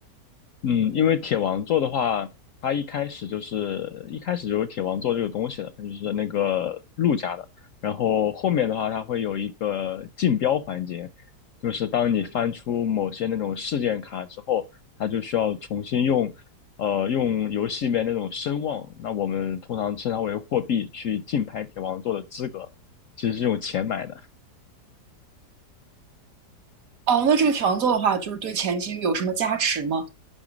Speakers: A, on the left; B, on the right.
A: 嗯，因为铁王座的话，它一开始就是一开始就有铁王座这个东西的，它就是那个陆家的。然后后面的话，它会有一个竞标环节，就是当你翻出某些那种事件卡之后，它就需要重新用，呃，用游戏里面那种声望，那我们通常称它为货币，去竞拍铁王座的资格，其实是用钱买的。
B: 哦。那这个铁王座的话，就是对前期有什么加持吗？